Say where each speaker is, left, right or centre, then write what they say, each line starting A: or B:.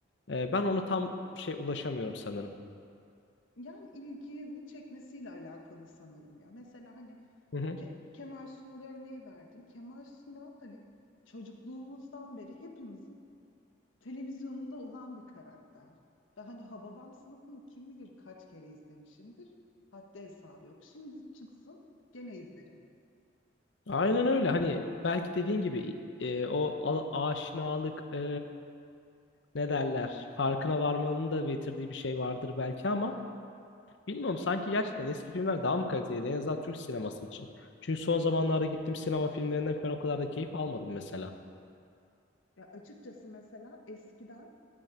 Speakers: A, on the left; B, on the left.
A: ee, ben ona tam şey ulaşamıyorum sanırım.
B: Yani ilgimi çekmesiyle alakalı sanırım ya. Mesela hani
A: Hı hı.
B: Ke- Kemal Sunal örneği verdin. Kemal Sunal hani çocukluğumuzdan beri hepimizin televizyonunda olan bir karakter. Ve hani Hababam sınıfını kim bilir kaç kere izlemişimdir. Haddi hesabı yok. Şimdi çıksın gene izlerim.
A: Aynen
B: Hani
A: öyle. Hani belki dediğin gibi e, o a- aşinalık e, ne derler farkına varmanın da getirdiği bir şey vardır belki ama Bilmiyorum sanki gerçekten eski filmler daha mı kaliteliydi en azından Türk sineması için. Çünkü son zamanlarda gittiğim sinema filmlerinden ben o kadar da keyif almadım mesela.
B: Ya açıkçası mesela eskiden